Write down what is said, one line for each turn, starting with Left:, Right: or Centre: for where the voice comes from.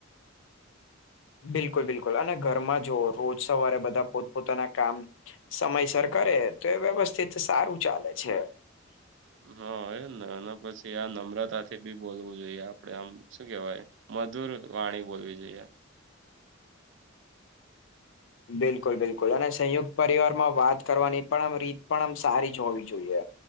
Left: બિલકુલ બિલકુલ અને ઘરમાં જોઓ રોજ સવારે બધા પોતપોતાના કામ સમયસર કરે તો એ વ્યવસ્થિત સારું ચાલે છે.
Right: હા એ ને અને પછી આ નમ્રતાથી બી બોલવું જોઈએ આપડે આમ શું કેવાય મધુર વાણી બોલવી જોઈએ.
Left: બિલકુલ બિલકુલ અને સંયુક્ત પરિવાર માં વાત કરવાની પણ આમ રીત પણ આમ સારી જ હોવી જોઈએ.